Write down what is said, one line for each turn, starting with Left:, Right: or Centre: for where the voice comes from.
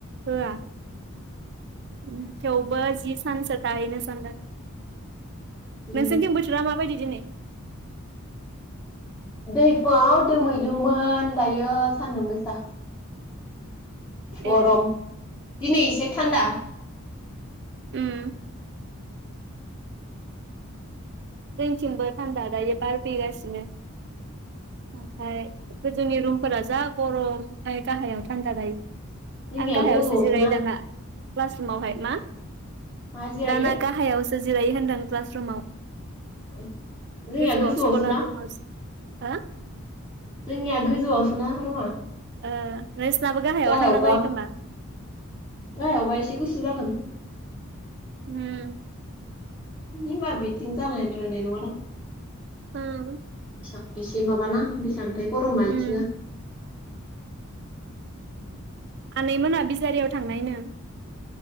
Right: होआ उम थेवबो जि सानसो थाहैनो सानदों।
Left: उम
Right: नोंसोरनिथिं बोथोरा माब बायदि दिनै
Left: दोहै फुंआव दोमैलुमोन दायो सान्दुं गोसा। गरम
Right: ए
Left: दिनै एसे थान्दा।
Right: उम जोंनिथिं बो थान्दा दायो बार फैगासिनो ओमफाय गोजौनि रुमफोरा जा गरम ओमफाय गाहायाव थान्दा दायो।
Left: जोंनिया
Right: आं गाहायावसो
Left: गोजौआवसोना
Right: जिरायो दाना क्लास रुमावहाय मा
Left: मा जिरायो
Right: दाना गाहायावस थो जिरायो होनदों क्लास रुमाव।
Left: ए रिया
Right: गोजौआव
Left: गोजौआवसोना
Right: स्कलार रुमाव हो
Left: जोंनिया गोजौआवसो ना रुमा
Right: ओ‌ नोंसोनाबो गाहायाव
Left: गाहायावबा
Right: थान्दा जायो खोमा?
Left: गाहायावबा एसे गुसु जागोन।
Right: उम
Left: हि होमबा बिथिं जानायद्रायनाय नङा दां।
Right: होम
Left: थिखां एसे माबाना बेसां थाय गर मायथिङो
Right: उम आनैमोना बिसारियाव थांनायनो।